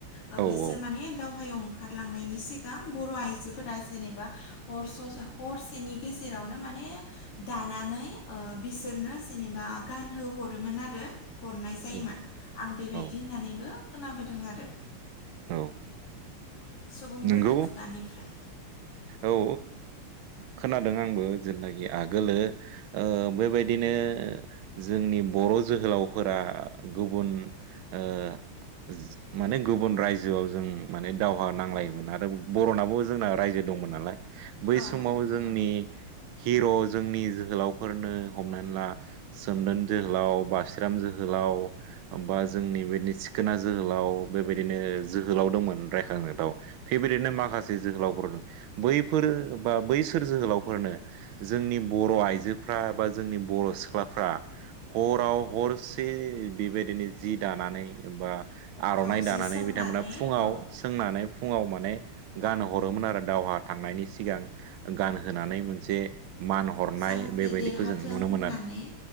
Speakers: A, on the left; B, on the right.
A: ओ
B: औ
A: बेसोर
B: औ
A: माने दावहायाव ओंखारलांनायनि सिगां बर' आइजोफोरा जेनेबा हर हरसेनि गेजेरावनो माने दानानै ओ बिसोरनो जेनेबा गानहो हरोमोन आरो। हरनाय जायोमोन
B: औ
A: आं बेबायदि
B: औ
A: होननानैबो खोनाबोदों आरो।
B: औ
A: सुबुंफोरनि
B: नंगौ
A: खुगानिफ्राय
B: औ ओ खोनादों आंबो जेनाखि आगोलो ओ बैबायदिनो जोंनि बर' जोहोलावफोरा गुबुन ओ माने गुबुन रायजोआव जों माने दावहा नांलायोमोन
A: औ
B: आरो बर'नाबो जोंना रायजो दंमोन नालाय। बै
A: औ
B: समाव
A: नोंथां
B: जोंनि हिर' जोंनि जोहोलावफोरनो हमनानै ला सोमदोन जोहोलाव, बासिराम जोहोलाव बा जोंनि बेदिनो सिखोना जोहोलाव बेबायदिनो जोहोलाव दंमोन रायखांजाथाव। बेबायदिनो माखासे जोहोलावफोर दं बैफोरो बा बैसोर जोहोलावफोरनो जोंनि बर' आइजोफ्रा बा जोंनि बर' सिख्लाफ्रा हराव हरसे बेबायदिनो जि दानानै बा आर'नाइ
A: औ जि
B: दानानै
A: सोंनानै
B: बिथांमोना फुङाव
A: औ
B: सोंनानै फुङाव माने गानहोह'रोमोन आरो दावहा थांनायनि सिगां गानहोनानै
A: औ
B: मोनसे ओ मान हरनाय
A: जाहाथे
B: बेबायदिखौ
A: देरहाथों
B: जों नुनो
A: होननानै
B: मोनो आरो।